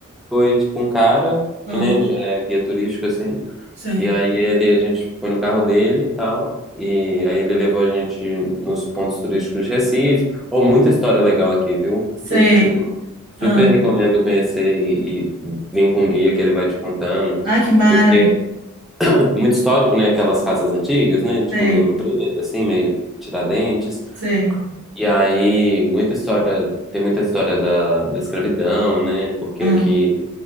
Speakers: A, in the centre; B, on the right (about 85°).
A: Foi tipo um cara
B: Ah,
A: que nem já é guia turístico assim.
B: sei,
A: E aí ele, a gente foi no carro dele e tal. E aí ele levou a gente nos pontos turísticos de Recife. Ou muita história legal aqui, viu?
B: sei.
A: Tu- Tipo,
B: Ah,
A: super recomendo conhecer e, e vir com um guia que ele vai te contando.
B: ai, que mara.
A: Porque <laughs> é muito histórico, né? Aquelas casas antigas, né? Tipo
B: Sei,
A: meio Ouro Preto, assim, meio Tiradentes.
B: sei.
A: E aí, muita história, tem muita história da, da escravidão, né? Porque
B: Ah,
A: aqui